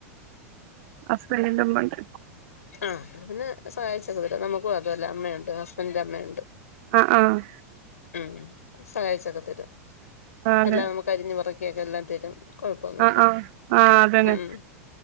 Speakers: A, on the right; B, on the left.
A: ഹസ്ബന്റിന്റെ ഉമ്മണ്ട്.
B: ആഹ്, പിന്നെ സഹായിച്ച <inaudible> തരാ നമുക്കും അതന്ന അമ്മയുണ്ട്. ഹസ്ബൻഡന്റെ അമ്മേണ്ട്.
A: അ ആ.
B: ഉം, സഹായിച്ചൊക്കെ തരും.
A: ആ അതെ
B: എല്ലാം നമുക്ക് അരിഞ്ഞ് മുറക്കിയൊക്കെ എല്ലാം തരും. കുഴപ്പൊന്നുല്ല.
A: ആ ആ ആ അതന്നെ
B: മ്